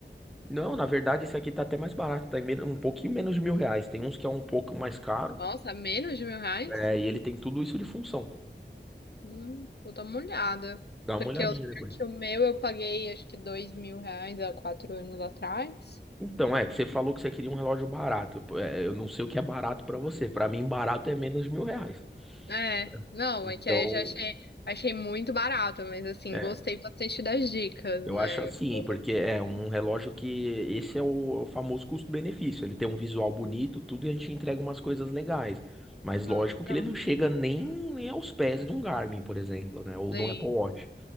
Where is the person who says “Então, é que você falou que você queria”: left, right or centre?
Centre